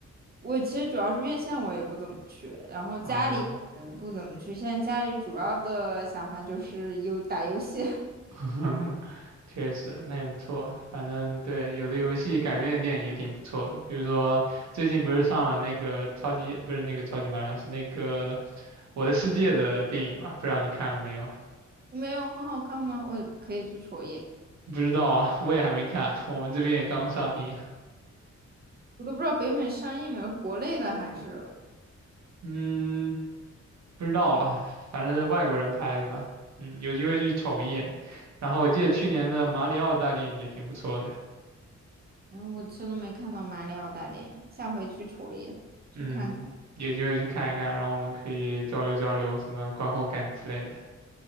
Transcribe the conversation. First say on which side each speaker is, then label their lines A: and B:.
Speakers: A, on the right (about 35°); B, on the right (about 70°).
A: 我其实主要是院线我也不怎么去，然后家里嗯不怎么去。
B: 嗯，
A: 现在家里主要的想法就是有打游戏，
B: <laughs> 确实，那也不错。反正对，有的游戏改编的电影也挺不错的，比如说最近不是上了那个超级，不是那个超级马里奥，是那个《我的世界》的电影嘛，不知道你看了没有？
A: <laughs> 没有很好看吗？我可以去瞅一眼。
B: 不知道啊，我也还没看，我们这边也刚上映。
A: 我都不知道北美上映没有，国内的还是，
B: 嗯，不知道啊，反正是外国人拍的吧。嗯，有机会去瞅一眼。然后我记得去年的马里奥大电影也挺不错的。
A: 然后我实都没看到马里奥大电影，下回去瞅一眼，去看看。
B: 嗯，有机会去看一看，然后我们可以交流交流什么观后感之类的。